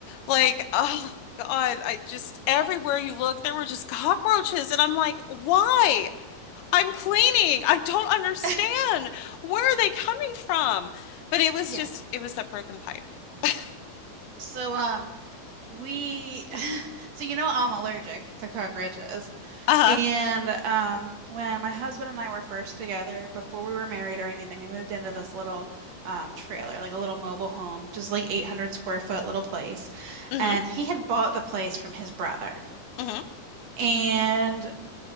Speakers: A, on the left; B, on the right.
A: like <laughs> oh God, I just everywhere you look there were just <laughs> cockroaches, and I'm like, why? I'm cleaning. I don't understand.
B: <laughs>
A: Where are they coming from? But it was
B: Yeah.
A: just, it was that broken pipe. <laughs>
B: So um we <laughs> so you know I'm allergic to cockroaches.
A: Uh-huh.
B: And um, when my husband and I were first together, before we were married or anything, we moved into this little um, trailer, like a little mobile home, just like 800 square foot little place.
A: Mm-hmm.
B: And he had bought the place from his brother.
A: Mm-hmm.
B: And